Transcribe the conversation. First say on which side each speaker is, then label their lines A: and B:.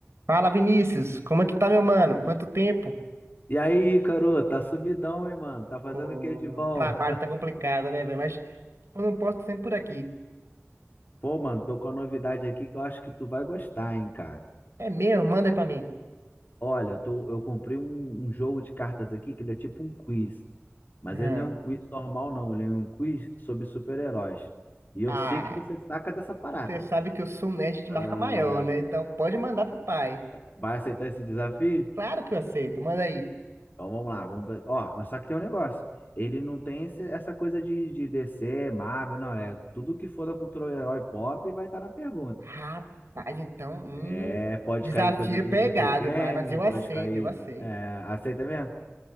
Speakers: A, on the right; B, on the left.
A: Fala, Vinícius, como é que tá, meu mano? Quanto tempo?
B: E aí, Caru, tá sumidão, hein, mano? Tá fazendo
A: Pô,
B: o que de bom?
A: o trabalho tá complicado, né, velho? Mas quando eu posto sempre por aqui.
B: Pô, mano, tô com uma novidade aqui que eu acho que tu vai gostar, hein, cara.
A: É mesmo? Manda aí pra mim.
B: Olha, eu, tô, eu comprei um, um jogo de cartas aqui que ele é tipo um quiz. Mas
A: Hã.
B: ele não é um quiz normal, não. Ele é um quiz sobre super-heróis. E eu
A: Ah,
B: sei que você saca dessa parada.
A: você sabe que eu sou um nerd de
B: Ah,
A: marca maior, né? Então pode mandar pro pai.
B: vai aceitar esse desafio?
A: Claro que eu aceito, manda aí.
B: Então vamos lá, vamos. pra- Ó, mas só que tem um negócio. Ele não tem esse- essa coisa de, de DC, Marvel, não. É tudo que for da cultura herói pop vai estar na pergunta.
A: Rapaz, então, hum,
B: É, pode
A: desafio
B: cair coisa
A: é
B: de
A: pegado,
B: videogame,
A: mas, mas eu
B: pode
A: aceito,
B: cair.
A: eu aceito.
B: é, aceita mesmo?